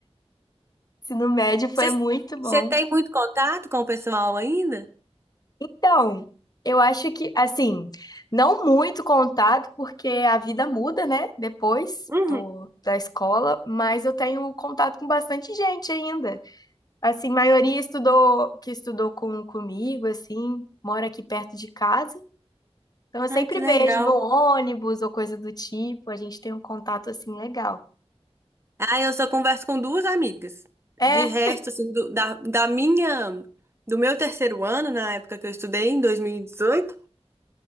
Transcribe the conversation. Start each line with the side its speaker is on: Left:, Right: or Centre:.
Left: Ensino médio foi
Right: Você,
Left: muito bom.
Right: você tem muito contato com o pessoal ainda?
Left: Então, eu acho que, assim, não muito contato, porque a vida muda, né? Depois
Right: Uhum.
Left: do, da escola, mas eu tenho contato com bastante gente ainda. Assim, maioria estudou, que estudou com, comigo, assim, mora aqui perto de casa. Então, eu
Right: Ai,
Left: sempre
Right: que legal.
Left: vejo no ônibus ou coisa do tipo, a gente tem um contato, assim, legal.
Right: Ah, eu só converso com duas amigas.
Left: É,
Right: De resto, assim, do- da, da minha, do meu terceiro ano, na época que eu estudei, em 2018,